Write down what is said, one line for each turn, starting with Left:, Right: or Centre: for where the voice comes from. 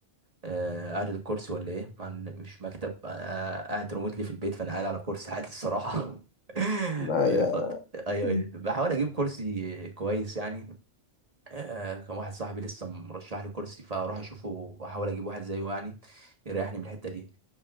Right: آه، قعده الكرسي ولا ايه مع إن مش مكتب آه، قاعد ريموتلي في البيت فانا قاعد على كرسي عادي الصراحه <laughs>
Left: ما
Right: الفترة.
Left: يا
Right: ايوه
Left: عادي
Right: بحاول اجيب كرسي كويس يعني آه، كان واحد صاحبي لسه مرشح لي كرسي فاروح اشوفه واحاول اجيب واحد زيه يعني يريحني من الحته دي